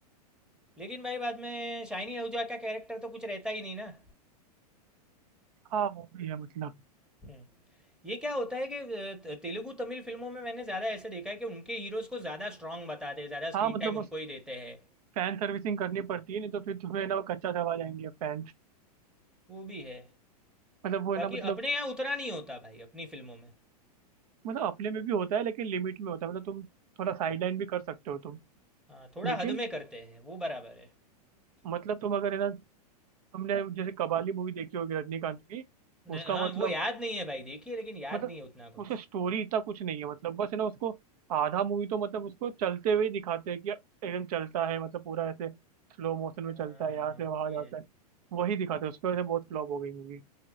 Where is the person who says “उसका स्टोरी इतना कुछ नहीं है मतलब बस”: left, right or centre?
Right